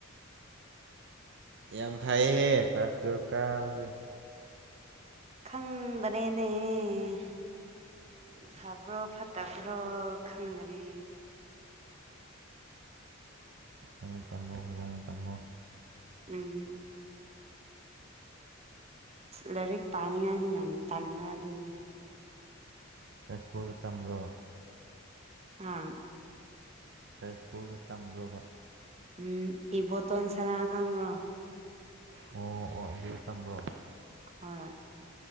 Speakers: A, on the right; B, on the right.
A: ꯌꯥꯝ ꯐꯩꯍꯦ ꯀ꯭ꯂꯥꯁ ꯇꯨꯌꯦꯜꯐ ꯀꯥꯕꯁꯦ
B: ꯈꯪꯗꯅꯦꯅꯦ ꯎ ꯐꯕ꯭ꯔꯣ ꯐꯠꯇꯕ꯭ꯔꯣ ꯈꯪꯗꯅꯤ
A: ꯐꯖꯅ ꯇꯝꯃꯣ ꯐꯖꯅ ꯇꯝꯃꯣ
B: ꯎꯝꯝ ꯂꯥꯏꯔꯤꯛ ꯄꯥꯅꯤꯡꯉꯥꯏꯁꯦ ꯌꯥꯝ ꯇꯟꯕ ꯑꯗꯨꯅꯤ
A: ꯌꯥꯁꯀꯣꯜ ꯇꯝꯕ꯭ꯔꯣ
B: ꯑꯥ
A: ꯀꯩ ꯁ꯭ꯀꯨꯜꯗ ꯇꯝꯕ꯭ꯔꯣꯕ
B: ꯎꯝ ꯏ ꯇꯣꯟ ꯁꯅꯥ ꯈꯝ꯭ꯔꯣ
A: ꯑꯣ ꯑꯣ ꯑꯗꯨꯗꯤ ꯇꯝꯕ꯭ꯔꯣ
B: ꯍꯣꯏ